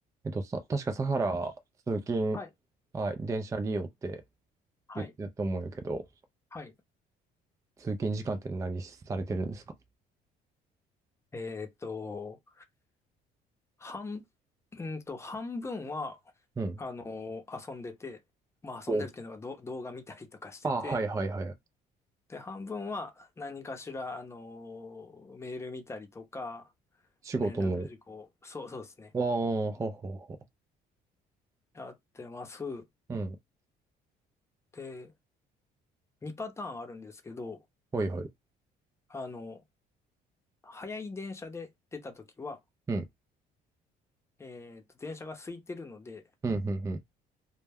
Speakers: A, on the right (about 20°); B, on the left (about 15°).
A: えっと、さ、確かサハラ通勤、
B: はい、
A: はい、電車利用って
B: はい、
A: 言ってたと思うんやけど、
B: はい。
A: 通勤時間って何されてるんですか
B: えっと、半、うんと、半分は、
A: うん。
B: あの、遊んでて、まあ遊んでるっていうのがど動画見たりとかしてて、
A: おあはいはいはい。
B: で、半分は何かしら、あの、メール見たりとか、
A: 仕事の。
B: 連絡事項、そう、そうですね。
A: ああ、ははは。
B: やってます。
A: うん。
B: で、2パターンあるんですけど、
A: はいはい。
B: あの、早い電車で出たときは、
A: うん。
B: えっと、電車が空いてるので、
A: うん、うん、うん。